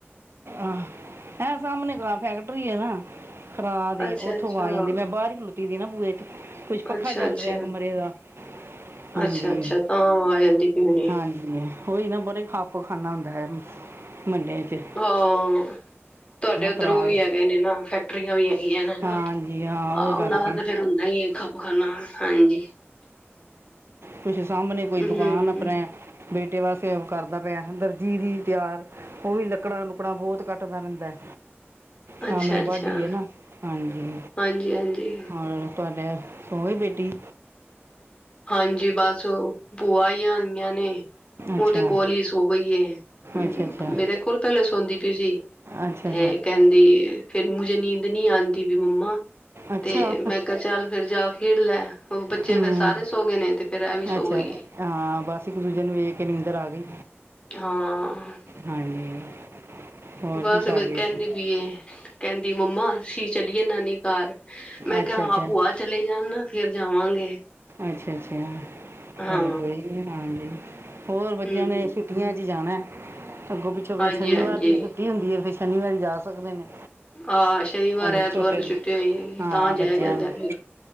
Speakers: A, on the right; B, on the left.
A: ਆਹ ਹੈ ਸਾਹਮਣੇ ਫੈਕਟਰੀ ਆ ਨਾ ਖਰਾ ਦੇ
B: ਅੱਛਾ
A: ਉੱਥੋਂ
B: ਅੱਛਾ
A: ਆ ਜਾਂਦੀ ਮੈਂ ਬਾਹਰ ਹੀ ਖਲੁਤੀ ਦੀ ਨਾ ਬੂਹੇ ਕੁਝ ਪੱਖਾ
B: ਅੱਛਾ
A: ਚੱਲ
B: ਅੱਛਾ
A: ਰਿਹਾ ਕਮਰੇ ਦਾ ਹਾਂਜੀ
B: ਅੱਛਾ ਅੱਛਾ ਤਾਂ ਆ ਜਾਂਦੀ ਪਈ ਹੋਣੀ
A: ਹਾਂਜੀ ਉਹੀ ਨਾ ਬੜੇ ਪਰ ਖਾਣਾ ਹੁੰਦਾ ਹੈ ਮਹੱਲੇ '
B: ਹਾਂ ਤੁਹਾਡੇ ਉਧਰ
A: ਖਰਾਦ
B: ਉਹ ਵੀ ਹੈਗੇ ਨੇ ਨਾ ਫੈਕਟਰੀਆਂ ਵੀ ਹੈਗੀਆਂ ਨੇ ਨਾ
A: ਹਾਂਜੀ ਹਾਂ ਉਹ
B: ਆਹੋ
A: ਕਰਕੇ
B: ਉਹਨਾ ਦਾ ਤੇ ਫੇਿਰ ਹੁੰਦਾ ਹੀ ਖੱਪ ਖਾਨਾ ਹਾਂਜੀ
A: ਕੁਛ ਸਾਹਮਣੇ ਕੋਈ
B: ਹਮ
A: ਦੁਕਾਨ ਆਪਣੇ ਬੇਟੇ ਵਾਸਤੇ ਕਰਦਾ ਪਿਆ ਦਰਜੀ ਦੀ ਤਿਆਰ ਉਹ ਵੀ ਲੱਕੜਾਂ ਲੁਕੜਾਂ ਬਹੁਤ ਕੱਟਦਾ ਰਹਿੰਦਾ ਹੈ ਸਮਣੇ
B: ਅੱਛਾ ਅੱਛਾ
A: ਵਾਢੀ ਆ ਨਾ ਹਾਂਜੀ
B: ਹਾਂਜੀ ਹਾਂਜੀ
A: ਹੋਰ ਤੁਹਾਡਾ <unintelligible> ਬੇਟੀ
B: ਹਾਂਜੀ ਬਸ ਉਹ ਭੂਆ ਹੀ ਆਈਆਂ ਨੇ
A: ਅੱਛਾ
B: ਉਹਦੇ ਕੋਲ ਹੀ ਸੋ ਗਈਏ ਮੇਰੇ
A: ਅੱਛਾ ਅੱਛਾ
B: ਕੋਲ ਪਹਿਲੇ ਸੌਦੀ ਪਈ ਸੀ
A: ਅੱਛਾ
B: ਤੇ ਕੇਹੰਦੀ ਫੇਿਰ ਮੁਜ ਨੀਂਦ ਨਹੀਂੀ ਆਉਂਦੀ ਵੀ ਮੰਮਾ
A: ਅੱਛਾ
B: ਤੇ
A: ਅੱਛਾ
B: ਮੈਂ ਕਿਹਾ ਚੱਲ ਫੇਰ ਜਾ ਖੇਡ ਲੈ ਉਹ ਬੱਚੇ
A: ਹੂੰ
B: ਫੇਿਰ ਸਾਰੇ ਸੋ ਗਏ ਨੇ ਤੇ ਫੇਰ ਇਹ ਵੀ ਸੋ
A: ਅੱਛਾ
B: ਗਈ ਏ
A: ਹਾਂ ਬਸ ਇੱਕ ਦੂਜੇ ਨੂੰ ਵੇਖ ਕੇ ਨੀਂਦਰ ਆ ਗਈ
B: ਹਾਂ
A: ਹਾਂਜੀ ਹੋਰ
B: ਬਸ
A: ਕੀ ਕਰ ਰਹੇ
B: ਕਹਿੰਦੀ
A: ਸੀ
B: ਪੀਏ ਕਹਿੰਦੀ ਮੰਮਾ ਅਸੀ ਚਲੀਏ ਨਾਨੀ ਕਾਰ ਮੈਂ
A: ਅੱਛਾ
B: ਕਿਹਾ
A: ਅੱਛਾ
B: ਹਾਂ ਭੂਆਹ ਚਲੇ ਜਾਣ ਨਾ ਫੇਰ ਜਾਵਾਂਗੇ
A: ਅੱਛਾ, ਅੱਛਾ
B: ਹਾਂ
A: ਚਲੋ ਕੋਈ ਨੀ ਹਾਂਜੀ ਹੋਰ ਬੱਚਿਆਂ
B: ਹਮ
A: ਨੇ ਛੁੱਟੀਆਂ ਚ ਜਾਣਾ ਅੱਗੋਂ ਪਿੱਛੋਂ ਫਿਰ
B: ਹਾਂਜੀ
A: ਸ਼ਨੀਵਾਰ
B: ਹਾਂਜੀ
A: ਦੀ ਛੁੱਟੀ ਹੁੰ ਹੈ ਫਿਰ ਸ਼ਨੀਵਾਰ ਜਾ ਸਕਦੇ ਨੇ
B: ਆ ਸ਼ਨੀਵਾਰ
A: ਹਾਂਜੀ
B: ਐਤਵਾਰ
A: ਛੋਟੇ
B: ਨੂੰ ਛੁੱਟੀ ਹੋਈ ਸੀ
A: ਹਾਂ
B: ਤਾਂ
A: ਬੱਚਿਆਂ
B: ਜਾਇ ਜਾਂਦਾ
A: ਨੂੰ
B: ਸੀ